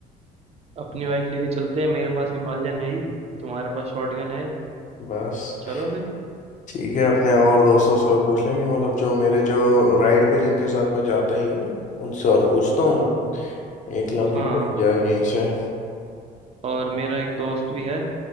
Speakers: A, on the right (about 40°); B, on the left (about 45°).
A: अपनी बाइक लेके चलते हैं मेरे पास हिमालयन है ही तुम्हारे पास शॉटगन है
B: बस
A: चलो फिर
B: ठीक है अपने और दोस्तों से और पूछ लेंगे मतलब जो मेरे जो राइड पे जिनके साथ मैं जाता ही हूँ उनसे और पूछता हूँ
A: हाँ
B: एक लंबी
A: हाँ
B: हो ही जाए यहीं से
A: और मेरा एक दोस्त भी है